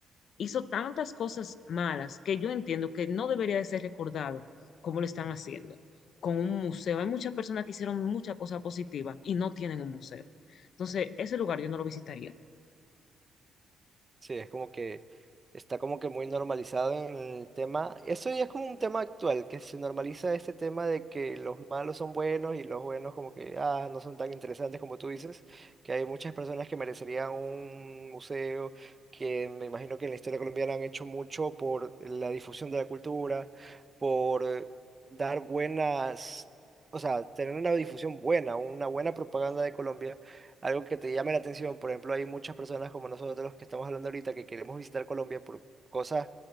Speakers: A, on the left; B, on the right.
A: hizo tantas cosas malas que yo entiendo que no debería de ser recordado como lo están haciendo con un museo. Hay muchas personas que hicieron muchas cosas positivas y no tienen un museo. Entonces, ese lugar yo no lo visitaría.
B: Sí, es como que está como que muy normalizado en el tema. Eso ya es como un tema actual, que se normaliza este tema de que los malos son buenos y los buenos como que ah, no son tan interesantes como tú dices, que hay muchas personas que merecerían un museo, que me imagino que en la historia colombiana han hecho mucho por la difusión de la cultura, por eh, dar buenas, o sea, tener una difusión buena, una buena propaganda de Colombia algo que te llame la atención. Por ejemplo, hay muchas personas como nosotros que estamos hablando ahorita que queremos visitar Colombia por cosas